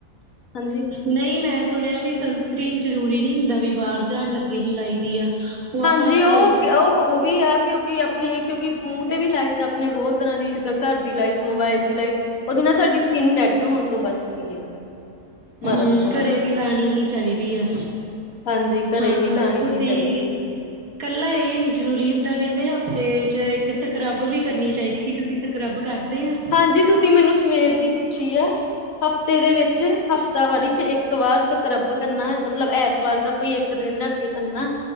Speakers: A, on the left; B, on the right.
A: ਹਾਂਜੀ
B: ਨਹੀਂ ਮੈਂ ਸੁਣਿਆ ਵੀ ਸਨਸਕ੍ਰਰੀਨ ਜ਼ਰੂਰੀ ਨਹੀਂ ਹੁੰਦਾ ਵੀ ਬਾਹਰ ਜਾਣ ਲੱਗੇ ਹੀ ਲਾਈ ਦੀ ਆ ਉਹ
A: ਹਾਂਜੀ
B: ਆਪਾਂ
A: ਉਹ,
B: ਘਰੇ ਵੀ
A: ਉਹ, ਉਹ ਵੀ ਆ ਕਿਉ ਕਿ ਆਪਣੇ ਕਿਉਂਕਿ ਮੂੰਹ ਤੇ ਵੀ ਲਾਈਟ ਆਪਣੇ ਬਹੁਤ ਤਰ੍ਹਾਂ ਦੀ ਜਿੱਦਾਂ ਘਰ ਦੀ ਲਾਈਟ, ਮੋਬਾਇਲ ਦੀ ਲਾਈਟ ਉਹਦੇ ਨਾਲ ਸਾਡੀ ਸਕਿੰਨ ਡੈਡ ਹੋਣ ਤੋਂ ਬਚਦੀ ਹੈ ਮਰਨ
B: ਹਮ
A: ਤੋਂ ਬਚਦੀ
B: ਘਰੇ ਵੀ ਲਾਉਣੀ ਹੀ ਚਾਹੀਦੀ ਹੈ
A: ਹਾਂਜੀ ਘਰੇ
B: ਹਾਂ
A: ਵੀ ਲਾਣੀ
B: ਤੁਸੀਂ
A: ਹੀ ਚਾਹੀਦੀ ਹੈ।
B: ਇਕੱਲਾ ਇਹ ਨੀ ਜ਼ਰੂਰੀ ਹੁੰਦਾ ਕਹਿੰਦੇ ਹਫ਼ਤੇ ਚ ਇੱਕ ਸਕਰੱਬ ਵੀ ਕਰਨੀ ਚਾਹੀਦੀ ਕਿ ਤੁਸੀਂ ਸਕਰੱਬ ਕਰਦੇ ਆ
A: ਹਾਂਜੀ, ਤੁਸੀਂ ਮੈਨੂੰ ਸਵੇਰ ਦੀ ਪੁੱਛੀ ਆ ਹਫ਼ਤੇ ਦੇ ਵਿੱਚ, ਹਫ਼ਤਾਵਾਰੀ 'ਚ ਇੱਕ ਵਾਰ ਸਕਰੱਬ ਕਰਨਾ ਮਤਲਬ ਐਤਵਾਰ ਦਾ ਕੋਈ ਇੱਕ ਦਿਨ ਰੱਖ ਕੇ ਕਰਨਾ,